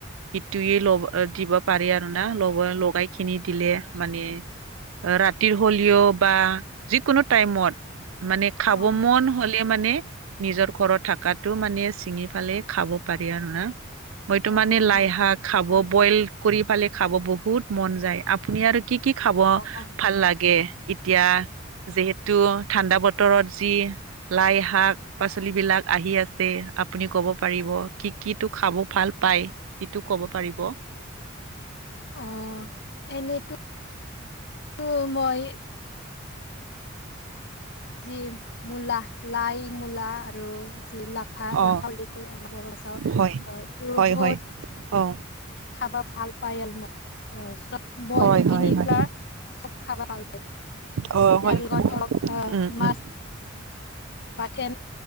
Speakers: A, on the right; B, on the left.
A: সেইটোয়ে লব দিব পাৰি আৰু না ল লগাই খিনি দিলে মানে ৰাতিৰ হলিঅ' বা যিকোনো টাইমত মানে খাব
B: অ অ
A: মন হলে মানে নিজৰ ঘৰত থকাটো মানে চিঙিালে
B: অ
A: খাব পাৰি আৰু না, মইতো
B: অ
A: মানে
B: অ
A: লাই
B: হয়
A: শাক খাব
B: হয়
A: বইল কৰি পালে খাব বহুত মন যায়, আপুনি আৰু কি কি খাব
B: অ অ
A: ভাল লাগে? এতিয়া যিহেতু ঠাণ্ডা বতৰত যি লাই শাক পাচলি বিলাক আহি আছে আপুনি কব পাৰিব কি কি ত' খাব ভাল পায়। সেইটো ক'ব পাৰিব।
B: অঁ, এনেতো ত মই যি মূলা লাই মূলা আৰু যি লা লাফা
A: অ
B: লাফা উল্লেখ কৰি আমাৰ বৰ ভাচাও
A: হয়
B: এইটো
A: হয়
B: বহুত
A: হয় অ।
B: খাবা ভাল পাইল মোক অ চব বইল
A: হয়
B: কিনি
A: হয় হয়
B: চব খাবা ভাল পায়
A: অ',
B: ইয়াৰ
A: হয়।
B: লগত অলপ অ
A: উম,
B: মাছ
A: উম,
B: বাথেন